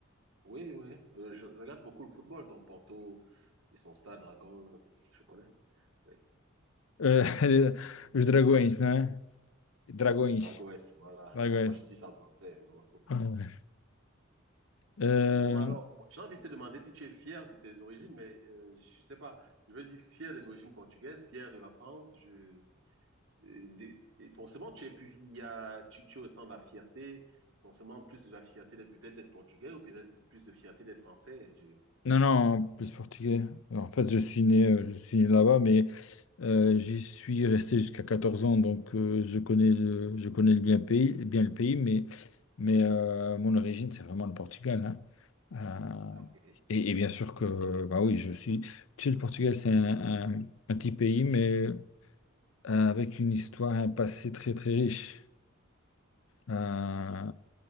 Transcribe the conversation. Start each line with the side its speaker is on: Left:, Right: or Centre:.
Right: Oui, oui. Euh, je, je regarde beaucoup le football, donc Porto et son stade Dragon, je connais. Oui.
Left: Euh, <laughs> os Dragões, non? Dragões,
Right: <laughs> Dragos, voilà.
Left: Dragões.
Right: Euh, Moi, je dis ça en français. non.
Left: Ah ouais. Euh,
Right: Bon, mais alors, bon, j'ai envie de te demander si tu es fier de tes origines, mais euh, je sais pas. Je veux dire fier des origines portugaises, fier de la France. Je Euh, des- et forcément, tu es plus, il y a, tu, tu ressens de la fierté, forcément plus de la fierté d'être peut-être d'être portugais ou peut-être plus de fierté d'être français. Je,
Left: non, non, plus portugais. En fait, je suis né,
Right: oui.
Left: euh, je suis né là-bas, mais Euh, j'y suis resté jusqu'à 14 ans, donc euh, je connais le, je connais le bien pays, bien le pays, mais, mais euh, mon origine, c'est vraiment le Portugal. hein. Euh,
Right: Ah, ok.
Left: et, et bien sûr que, bah oui, je suis. tu sais, le Portugal, c'est un, un- un petit pays, mais euh, avec une histoire, un passé très très riche, euh,